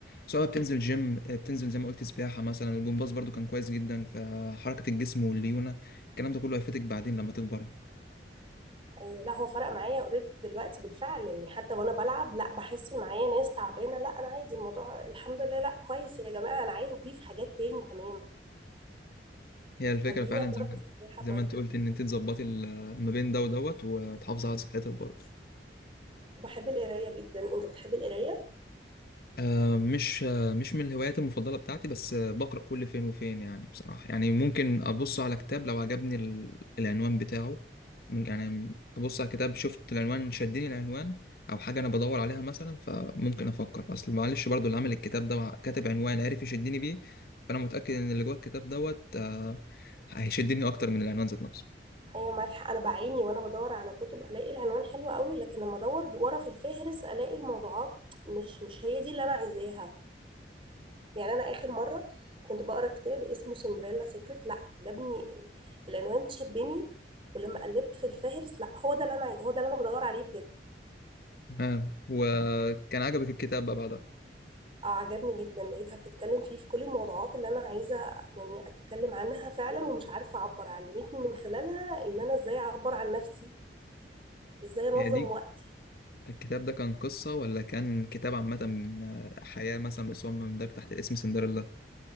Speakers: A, on the left (about 55°); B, on the right (about 30°).
A: سواء بتنزل جيم بتنزل زي ما قلت سباحة مثلا الجمباز برضو كان كويس جدا في حركة الجسم والليونة الكلام ده كله هيفيدك بعدين لما تكبري
B: ايوه لا هو فرق معايا اوريدي دلوقتي بالفعل يعني حتى وانا بلعب لا بحس إن معايا ناس تعبانه لا انا عادي الموضوع الحمد لله لا كويس يا جماعه انا عايزه اضيف حاجات تاني كمان
A: هي الفكرة
B: خليني
A: فعلا
B: اجرب
A: زي ما
B: السباحه
A: زي
B: برضه
A: ما انت قلت ان انت تظبطي ال- ما بين ده ودوت وتحافظي على صحتك برضو
B: وبحب القرايه جدا انت بتحب القرايه
A: آه، مش آه، مش من الهوايات المفضلة بتاعتي بس آه، بقرأ كل فين وفين يعني بصراحة يعني ممكن أبص على كتاب لو عجبني ال- العنوان بتاعه ممكن يعني أبص على كتاب شفت العنوان شدني العنوان أو حاجة أنا بدور عليها مثلا فممكن أفكر أصل معلش برضو اللي عامل الكتاب ده كاتب عنوان عارف يشدني بيه فأنا متأكد إن اللي جوه الكتاب دوت آه، هيشدني أكتر من العنوان ذات نفسه
B: ايوه معاك حق انا بعاني وانا بدور على كتب الاقي العنوان حلو قوي لكن لما ادور ورا في الفهرس الاقي الموضوعات مش مش هي دي اللي انا عايزاها يعني انا اخر مره كنت بقرا كتاب اسمه سندريلا سيكريت لا عجبني العنوان شدني ولما قلبت في الفهرس لا هو ده اللي انا عاي- هو ده اللي انا بدور عليه بجد
A: آه، وكان عجبك الكتاب بقى بعدها
B: اه عجبني جدا لقيتها بتتكلم فيه في كل الموضوعات اللي انا عايزه يعني اتكلم عنها فعلا ومش عارفه اعبر علمتني من خلالها ان انا ازاي اعبر عن نفسي ازاي انظم
A: هي دي
B: وقتي
A: الكتاب ده كان قصة ولا كان كتاب عامة من آه، حياة مثلا بس هو مندرج تحت اسم سندريلا